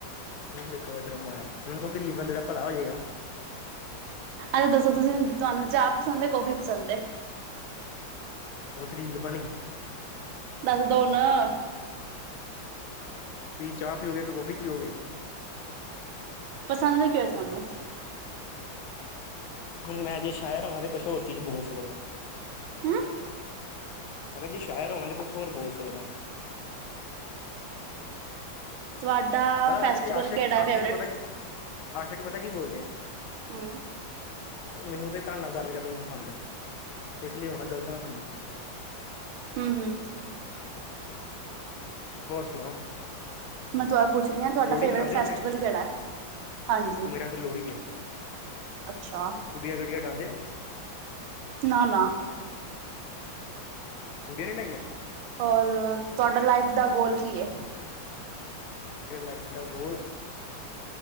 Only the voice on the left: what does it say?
ਰਿਕੋਡਰ ਮੈਂਈ, ਓਨੂੰ ਕੋ ਗਰੀਬ ਬੰਦੇ ਦਾ ਭਲਾ਼ ਹੋ ਜੇਗਾ।
ਓ ਤੇ ਰੀਲ਼ ਬਾਣ ਗੀ।
ਤੁਸੀ ਚਾਹ ਪੀਓਗੇ, ਤੇ ਕੌਫੀ ਪੀਓਗੇ।
ਹੁਣ ਮੈਂ ਜੇ ਸੈ਼ਰ ਹੋਵਾ ਤੇ ਕੁਛ ਹੋਰ ਚੀਜ ਬੋਲ ਸਕਦਾ।
ਅਗਰ ਜੇ ਸ਼ਾਏਰ ਹੋਵਾਂ, ਤੇ ਕੁਛ ਹੋਰ ਬੋਲ ਸਕਦਾ।
ਪਤਾ
ਏ ਆਸ਼ਕ,
ਆਸ਼ਾਕ
ਪਤਾ ਕੀ ਆਸ਼ਾਕ ਪਤਾ ਕੀ ਬੋਲਦੇ ਆ?
ਮਿਨੂੰ ਤੇ ਥਾਡ ਨਾਲ ਗਾੱਲ ਕਰਨੀ ਪਸੰਦ ਐ, ਕੁਛ ਵੀ ਹੋਨਾ ਗਲਤ ਨਾ ਸਮਜੀਓ।
ਹੋਰ ਸੁਨਾਓ?
ਮਨਾਉਂਦੇ
ਉੱਥੇ
ਮੇਰਾ ਤੇ ਲੋੜੀ ਐ।
ਗੁੜੀਆਂ, ਗੜੀਆ ਡਾਂਦੇ ਓ?
<inaudible>
ਲਾਈਫ ਦਾ ਗੋਲ?